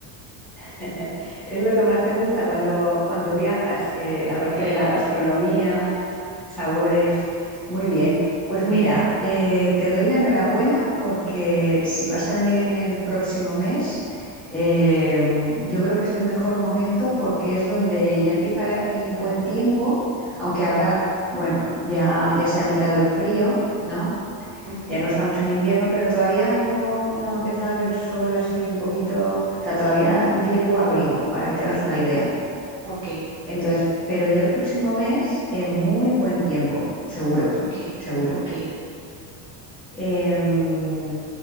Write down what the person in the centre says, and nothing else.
<laughs> ¿Es lo que más te gusta cuando, cuando viajas? eh, la parte
de la gastronomía, sabores. Muy bien. Pues mira, eh, te doy la enhorabuena porque si vas a venir en el próximo mes, eh, yo creo que es el mejor momento porque es donde ya empieza el buen tiempo, aunque ahora, bueno, ya, ya se ha quitado el frío, ¿no?
Ya no estamos en invierno, pero todavía no, no ha empezado el sol así un poquito. O sea, todavía yo llevo abrigo, para que te hagas una idea.
Entonces, pero ya el próximo mes, en muy buen tiempo, seguro,
seguro.
Em,